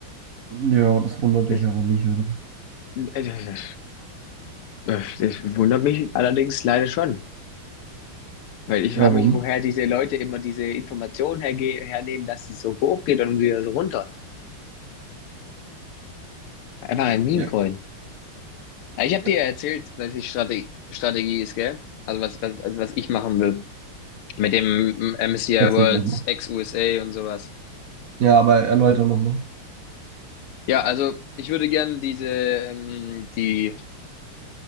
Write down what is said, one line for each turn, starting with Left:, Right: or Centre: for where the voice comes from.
Right: Ja, das wundert
Left: Das,
Right: dich aber nicht, oder?
Left: äh, das, das wundert mich allerdings leider schon, weil ich
Right: Warum?
Left: frage mich, woher diese Leute immer diese Informationen herge hernehmen, dass es so hoch geht und dann wieder so runter. Einfach ein Meme-Coin.
Right: Ja,
Left: Ja, Ich habe dir
Right: ja.
Left: ja erzählt, was die Strategie, Strategie ist, gell? Also was, was, was ich machen will mit dem MSCI
Right: Erzähl
Left: Worlds
Right: nochmal.
Left: ex-USA und sowas.
Right: Ja, aber erläuter nochmal.
Left: Ja, also ich würde gerne diese, ähm, die